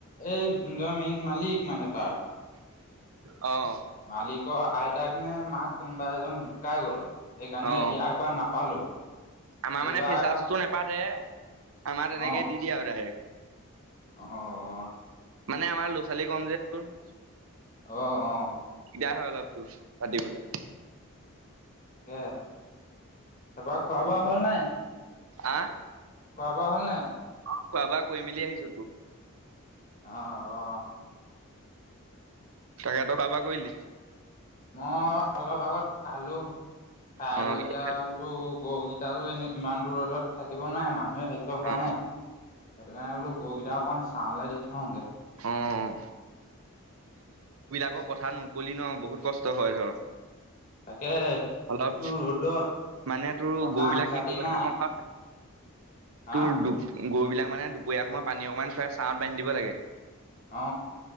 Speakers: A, on the left; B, on the right.
A: এই যোন যোৱা মেইন মালিক মানে তাৰ।
B: অ',
A: মালিকৰ আইতাক নে মাক কোনোবা এজন ঢুকাই গল সেইকাৰণে
B: অ',
A: ইয়াক বা নাপালো।
B: আমাৰ
A: এইবাৰ
B: মানে ফেচাচটো নেপাতে আমাৰ তেনেকে
A: অ',
B: দি দিয়ে আৰু ডাইৰেক্ট
A: অ', অ',
B: মানে আমাৰ ল'ৰা ছোৱালী কম যে তোৰ।
A: অ-অ।
B: দিগদাৰ হয় অলপ তোৰ পাতিবলে।
A: তাকে, তাৰপা খোৱা-বোৱা হল নাই?
B: আ?
A: খোৱা বোৱা হ'ল নাই?
B: খোৱা বোৱা কৰি মেলি আহিছো তোৰ।
A: আহ অ।
B: তাকে তই খোৱা বোৱা কৰিলি?
A: মই অলপ আগত খালো খাই
B: অ',
A: বৈ
B: কি
A: এতিয়া
B: খালি?
A: বলো গৰুকেইটাও এনে ইমান ৰ'দত থাকিব নোৱাৰে মানুহে। থাকিব পৰা
B: অ',
A: নাই সেইটো কাৰণে বোলো গৰুকেইটা অকণমান চাহলে দি থৈ আহোঁগে।
B: অ', আকৌ পথাৰাত মুকলি ন বহুত কষ্ট হয় ধৰ।
A: তাকে
B: অলপ
A: এইটো ৰদত
B: মানে তোৰ
A: কটাহ
B: গৰু বিলাক
A: হেচতি
B: কি কৰিব লাগে
A: নাই।
B: গম পাৱ
A: হা
B: তোৰ দু গৰু বিলাক মানে দুপৰীয়া সময়ত পানী অকমান খুৱাই ছাঁহত বান্ধি দিব লাগে।
A: অ